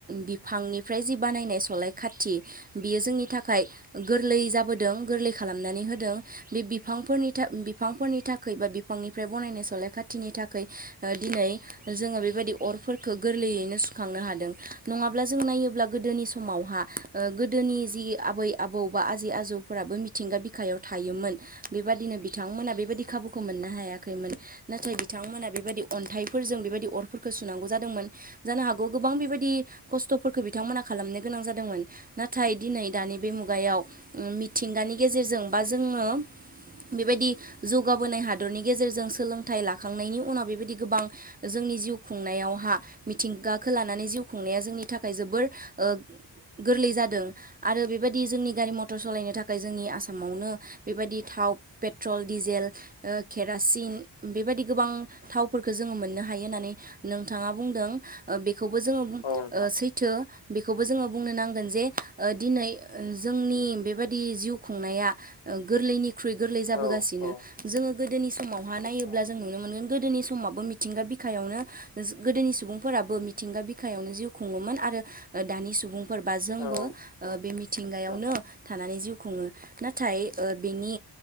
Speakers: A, on the right; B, on the left.
A: बिफांनिफ्राय जि बानायनाय सलाय खाथि बियो जोंनि थाखाय गोरलै जाबोदों गोरलै खालामनानै होदों बे बिफांफोरनि थाखाय बिफांफोरनि थाखाय बा बिफांनिफ्राय बनायनाय सलाय खाथिनि थाखाय ओ दिनै जोङो बेबायदि अरफोरखौ गोरलैयैनो सुखांनो हादों नङाब्ला जों नायोब्ला गोदोनि समावहा गोदोनि जि आबै आबौ बा आजै आजौफोराबो मिथिंगा बिखायाव थायोमोन। बेबादिनो बिथांमोना बेबायदि खाबुखौ मोननो हायाखैमोन नाथाय बिथांमोना बेबायदि अन्थाइफोरजों बेबायदि अरफोरखौ सुनांगौ जादोंमोन जानो हागौ गोबां बेबायदि खस्थ'फोरखौ बिथांमोना खालामनो गोनां जादोंमोन। मोन नाथाय दिनै दानि बे मुगायाव मिथिंगानि गेजेरजों बा जोङो बेबायदि जौगाबोनाय हादरनि गेजेरजों सोलोंथाइ लाखांनायनि उनाव बेबायदि गोबां जोंनि जिउ खुंनायावहा मिथिंगाखौ लानानै जिउ खुंनाया जोंनि थाखाय जोबोर ओ गोरलै जादों आरो बेबादि जोंनि गारि मथर सालायनो थाखै जोंनि आसामावनो बेबादि था थावप पेट्रल डिजेल ओ केरासिन बेबादि गोबां थावफोरखो जोङो मोननो ह हायो होनानै नोंथाङा बुंदों ओ बेखौबो जोङो बु
B: नोंथां
A: ओ सैथो बेख खौबो जोङो बुंनो नांगोन जे ओ दिनै ओ जोंनि बेबादि जिउ खुंनाया ओ गोरलैनिख्रुइ गोरलै जाबोगासिनो
B: औ औ
A: जोङो गोदोनि समावहा नायोब्ला
B: नोंथां
A: जों नुनो मोनगोन गोदोनि समावबो मिथिंगा बिक खायावनो ज गोदोनि सुबुंफोराबो मिथिंगा बिखायावनो जिउ खुङोमोन आरो ओ दानि सुबुं फोरबा जोंबो
B: औ
A: ओ
B: औ
A: बे मिथिंगायावनो
B: नोंथां
A: थानानै जिउ खुङो। नाथाय ओ बेनि